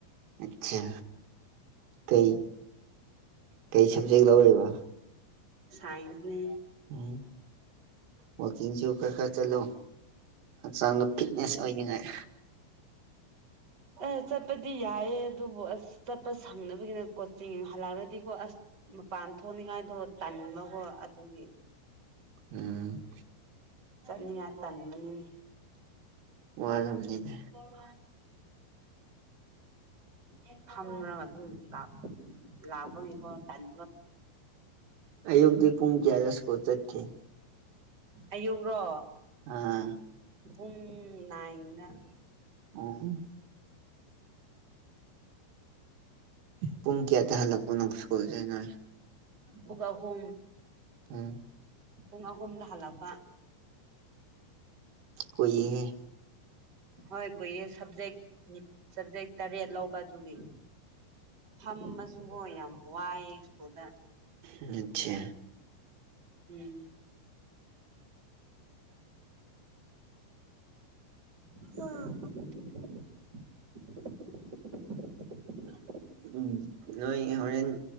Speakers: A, on the right; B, on the right.
A: ꯑꯠꯆꯥ ꯀꯩ ꯀꯩ ꯁꯕꯖꯦꯛ ꯂꯧꯔꯤꯕ
B: ꯁꯥꯏꯟꯁꯅꯦ
A: ꯎꯝ ꯑꯣ ꯇꯤꯟꯁꯨꯣ ꯀ ꯀ ꯆꯂꯣ ꯆꯥꯡ ꯐꯤꯠꯅꯦꯁ ꯑꯣꯏꯅꯤꯡꯉꯥꯏ
B: ꯑ ꯆꯠꯄꯗꯤ ꯌꯥꯏꯑ ꯑꯗꯨꯕꯨ ꯑꯁ ꯆꯠꯄ ꯁꯪꯅꯕꯒꯤꯅ ꯀꯣꯆꯤꯡ ꯍꯜꯂꯛꯂꯗꯤꯀꯣ ꯑꯁ ꯃꯄꯥꯟ ꯊꯣꯛꯅꯤꯡꯉꯥꯏꯗꯣ ꯇꯟꯃꯒꯣ ꯑꯗꯨꯒꯤ
A: ꯎꯝ
B: ꯆꯠꯅꯤꯡꯉꯥꯏ ꯇꯟꯕꯅꯤꯅꯤ
A: ꯋꯥꯖꯕꯅꯤꯅꯦ
B: ꯎꯝ ꯑꯗꯨꯝ ꯊꯝꯔꯒ ꯑꯗꯨꯝ ꯂꯥꯛꯄ ꯂꯥꯕ ꯇꯥꯡ
A: ꯑꯌꯨꯛꯇꯤ ꯄꯨꯡ ꯀꯌꯥꯗꯁꯀꯣ ꯆꯠꯈꯤꯦ
B: ꯑꯌꯨꯛ ꯔꯣ
A: ꯑꯥ
B: ꯄꯨꯡ ꯅꯥꯏꯅ
A: ꯑꯣ ꯄꯨꯡ ꯀꯌꯥ ꯇ ꯍꯜꯂꯛꯄꯅ ꯄꯨꯁꯀꯨꯜꯁꯦ ꯅ
B: ꯄꯛ ꯑꯍꯨꯝ
A: ꯎꯝ
B: ꯄꯨꯡ ꯑꯍꯨꯝꯗ ꯍꯜꯂꯛꯄ
A: ꯑꯩꯣꯏꯍꯦ
B: ꯍꯣꯏ ꯀꯨꯏꯌꯦꯦ ꯁꯕꯖꯦꯛ ꯁꯕꯖꯦꯛ ꯇꯔꯦꯠ ꯂꯧꯕ ꯑꯗꯨ ꯑꯗꯨꯒꯤ ꯐꯝꯃꯁꯨꯕꯣ ꯌꯥꯝ ꯋꯥꯏꯑ ꯁ꯭ꯀꯨꯗ
A: ꯎ ꯑꯆꯥꯦ
B: ꯎꯝ ꯑꯥ
A: ꯎꯝ ꯅꯣꯏ ꯍꯣꯔꯦꯟ